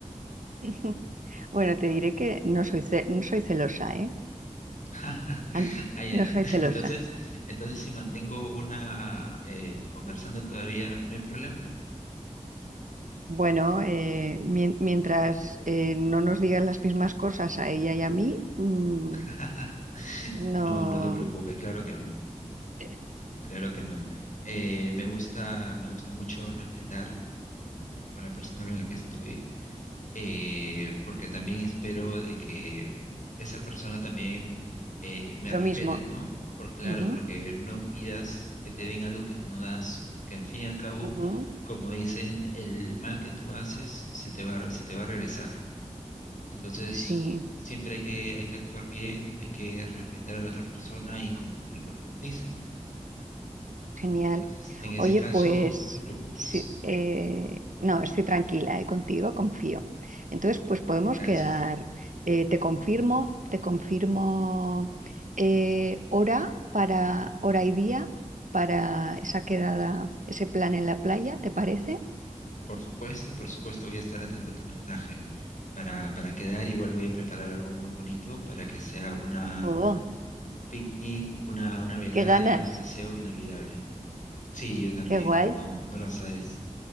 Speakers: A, on the right (about 75°); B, on the left (about 75°).
A: <laughs> Bueno, te diré que no soy, ce- no soy celosa, ¿eh?
B: <laughs>
A: An-
B: Ah, ya.
A: No soy celosa.
B: Entonces, entonces si mantengo una eh, conversando todavía, no hay problema.
A: Bueno, eh, mien- mientras eh, no nos digan las mismas cosas a ella y a mí, mm,
B: <laughs>
A: no,
B: No, no te preocupes, claro que no,
A: <laughs>
B: claro que no. Eh, me gusta, me gusta mucho respetar con la persona con la que estoy eh, porque también espero de que esa persona también eh, me
A: lo
B: respete,
A: mismo.
B: ¿no? Por claro,
A: Ujú,
B: porque no pidas que te den algo que tú no das, porque en fin y al cabo,
A: ujú.
B: como dicen, el mal que tú haces se te va, a- se te va a regresar. Entonces,
A: Sí.
B: siempre hay que, hay que actuar bien, hay que respetar a la otra persona y cumplir lo que uno dice, ¿no?
A: Genial.
B: Entonces, en ese
A: Oye,
B: caso,
A: pues
B: no te preocupes.
A: sí, eh, no, estoy tranquila, eh, contigo, confío. Entonces, pues podemos
B: Gracias.
A: quedar. eh, te confirmo, te confirmo eh, hora para hora y día para esa quedada, ese plan en la playa, ¿te parece?
B: Por supuesto, por supuesto, voy a estar atento a tu mensaje para, para quedar. Igual voy a preparar algo muy bonito para que sea una,
A: Oh,
B: un picnic, una, una velada
A: qué ganas,
B: y un paseo inolvidable. Sí, yo también,
A: qué guay.
B: no, no lo sabes.